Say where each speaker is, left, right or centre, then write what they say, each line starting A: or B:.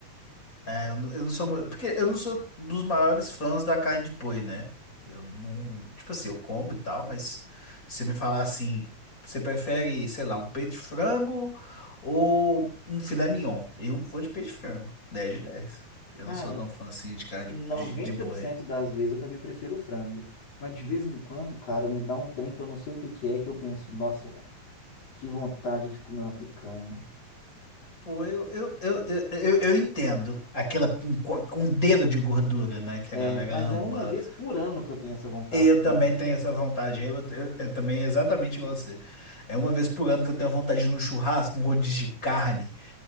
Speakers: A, on the left (about 25°); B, on the left (about 55°).
A: É, eu, não, eu não sou. mu- Porque eu não sou dos maiores fãs da carne de boi, né? Eu não. Tipo assim, eu como e tal, mas se me falar assim, você prefere, sei lá, um peito de frango ou um filé mignon? Eu vou de peito de frango. dez de 10. Eu
B: Cara,
A: não sou tão fã assim de carne
B: noventa
A: de, de, de boi.
B: por cento das vezes eu também prefiro o frango. Mas de vez em quando, cara, me dá um trem que eu não sei o que que é, que eu penso, nossa, velho, que vontade de comer uma picanha.
A: Pô, eu, eu, eu, eu, eu eu entendo aquela com, com com um dedo de gordura, né? Que
B: É,
A: a galera
B: mas
A: ama.
B: é uma vez por ano que eu tenho essa vontade,
A: eu também
B: tá?
A: tenho essa vontade. Eu, eu, eu também, exatamente igual você. É uma vez por ano que eu tenho vontade de ir num churrasco, um rodízio de carne.